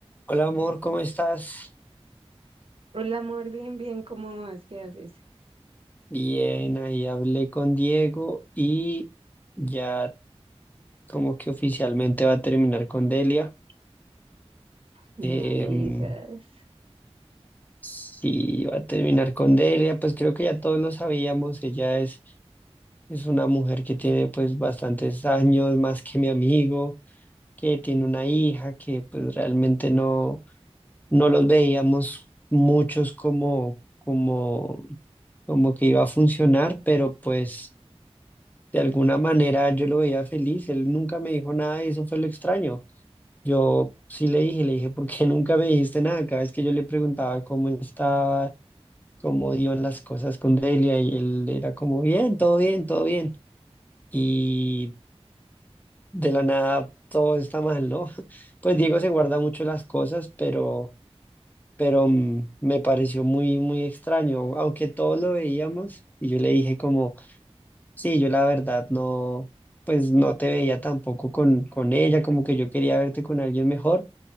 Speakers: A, on the left; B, on the right.
A: Hola amor, ¿cómo estás?
B: Hola, amor, bien, bien, ¿cómo vas? ¿Qué haces?
A: Bien, ahí hablé con Diego y ya como que oficialmente va a terminar con Delia.
B: No
A: Em,
B: digas.
A: sí, va a terminar con Delia, pues creo que ya todos lo sabíamos, ella es, es una mujer que tiene pues bastantes años más que mi amigo, que tiene una hija, que pues realmente no, no los veíamos muchos como, como, como que iba a funcionar, pero pues... De alguna manera yo lo veía feliz, él nunca me dijo nada y eso fue lo extraño. Yo sí le dije, le dije, ¿por qué nunca me dijiste nada? Cada vez que yo le preguntaba cómo estaba, cómo iban las cosas con Delia y él era como, bien, todo bien, todo bien. Y de la nada todo está mal, ¿no? <laughs> Pues Diego se guarda mucho las cosas, pero, pero mm, me pareció muy, muy extraño, aunque todos lo veíamos y yo le dije como... Sí, yo la verdad no, pues no te veía tampoco con, con ella, como que yo quería verte con alguien mejor